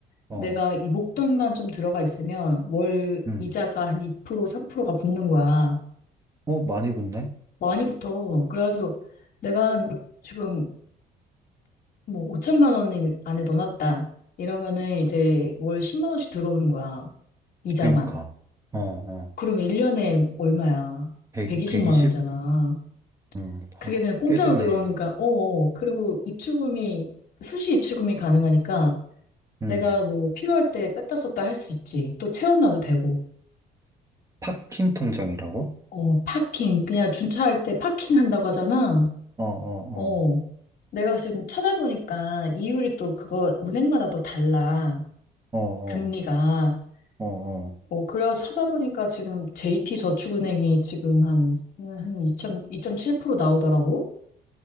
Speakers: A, on the right; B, on the left.
A: 어,
B: 내가 이 목돈만 좀 들어가 있으면 월
A: 응.
B: 이자가 한 2% 3%가 붙는 거야.
A: 어 많이 붙네.
B: 많이 붙어. 그래가지고 내가 지금 뭐 5천만 원 안에 넣어놨다. 이러면은 이제 월 10만 원씩 들어오는 거야. 이자만.
A: 그러니까. 어, 어.
B: 그러면 1년에 얼마야?
A: 1
B: 120만
A: 백이십.
B: 원이잖아.
A: 2 0 음,
B: 그게
A: 아,
B: 그냥 공짜로
A: 꽤 되네.
B: 들어오니까, 어, 어. 그리고 입출금이, 수시 입출금이 가능하니까
A: 음,
B: 내가 뭐 필요할 때 뺐다 썼다 할 수 있지. 또 채워놔도 되고.
A: 파킹 통장이라고?
B: 어, 파킹. 그냥 준차할 때 파킹 한다고 하잖아.
A: 어, 어,
B: 어. 내가 지금 찾아보니까 이율이 또 그거 은행마다 또 달라.
A: 어, 어,
B: 금리가.
A: 어, 어, 어.
B: 어, 그래 찾아보니까 지금 JT저축은행이 지금 한, 한 2.7% 나오더라고.